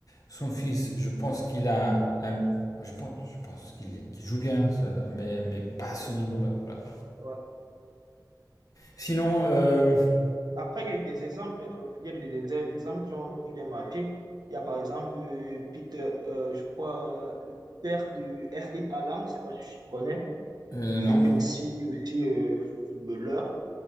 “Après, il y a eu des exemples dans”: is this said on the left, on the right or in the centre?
Right